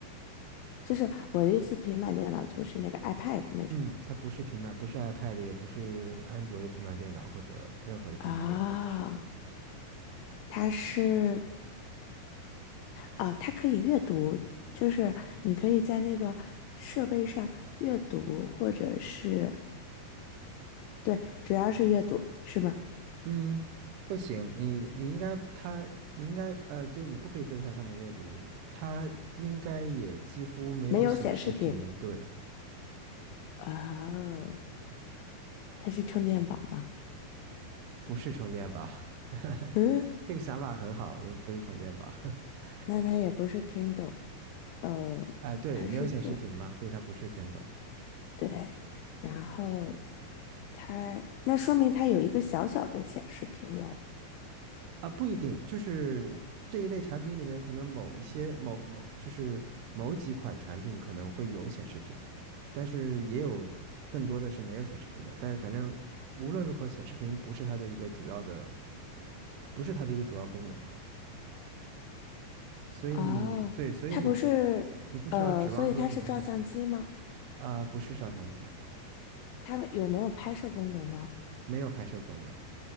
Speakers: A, on the left; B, on the right.
A: 就是我的意思，平板电脑就是那个 iPad 那种
B: 嗯，它不是平板，不是 iPad，也不是安卓的平板电脑，或者任何的平板电脑都不是。
A: 啊，它是啊，它可以阅读，就是你可以在那个设备上阅读，或者是，对，主要是阅读，是吗？
B: 嗯，不行，你你应该它，你应该呃，就你不可以在它上面阅读，它应该也几乎没有显示屏，
A: 没有显示屏。
B: 对，
A: 哦，它是充电宝吗？
B: 不是充电宝。<laughs>
A: 嗯，
B: 这个想法很好，不是充电宝。<laughs>
A: 那它也不是 Kindle，呃，
B: 哎，对，
A: 它是一个，
B: 没有显示屏嘛，所以它不是 Kindle。
A: 对，然后它，那说明它有一个小小的显示屏喽。
B: 啊，不一定，就是这一类产品里面，可能某一些某某就是某几款产品可能会有显示屏，但是也有更多的是没有显示屏的。但是反正无论如何，显示屏不是它的一个主要的，不是它的一个主要功能。所以你对，
A: 哦，
B: 所以你不
A: 它不是，
B: 你不需要指望说你能
A: 呃，所以它是照相机吗？
B: 啊、不是照相机，
A: 它有没有拍摄功能呢？
B: 没有拍摄功能